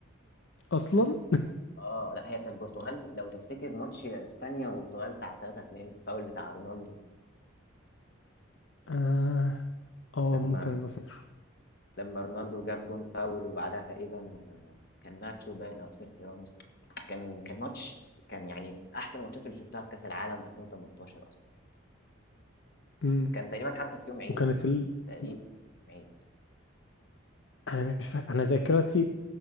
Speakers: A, on the left; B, on the left.
A: أصلا
B: اه لا هي كانت البرتغال لو تفتكر ماتش اسبانيا والبرتغال بتاع 3 2 فاول بتاع رونالدو
A: آه آه
B: لما
A: ممكن أبقى فاكره
B: لما رونالدو جاب جون فاول وبعدها تقريبا آه، كان ناتشو باين او سيرخيو راموس كان كان ماتش كان يعني احسن الماتشات اللي شفتها في كاس العالم 2018 اصلا
A: أمم.
B: كان تقريبا حتى في يوم عيد
A: وكانت ال
B: تقريبا
A: مم.
B: كان في يوم عيد
A: أنا مش فاكر أنا ذاكرتي